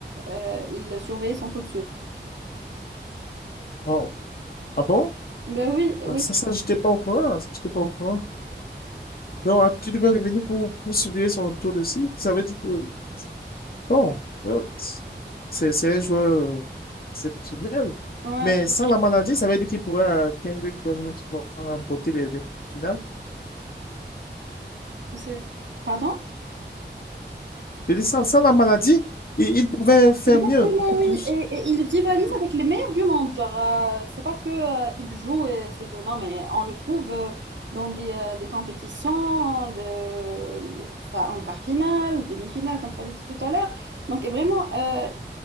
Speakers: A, on the right; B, on the left.
A: euh, il surveillait son taux de sucre.
B: oh, ah bon?
A: Ben oui,
B: Ah,
A: oui.
B: Ça, ça, j'étais pas au courant. ça, J'étais pas au courant. Donc, ah, tu devais revenir pour, pour surveiller son tour aussi. Ça veut dire que Bon, euh, c'est c'est un joueur euh, exceptionnel.
A: Ouais.
B: Mais sans la maladie, ça veut dire qu'il pourrait atteindre vraiment souvent, remporter les, les finales.
A: C'est- Pardon?
B: Je dis sans, sans la maladie, il, il pouvait faire
A: Exactement,
B: mieux, beaucoup plus.
A: oui. Et, et il rivalise
B: Oui,
A: avec les meilleurs du monde. Genre, euh, c'est pas que, euh, il joue et c'est tout. Non, mais on le trouve euh, dans des, euh, des compétitions de, enfin, en quart finale, demi-finale, comme je t'avais dit tout à l'heure. Donc, et vraiment, euh,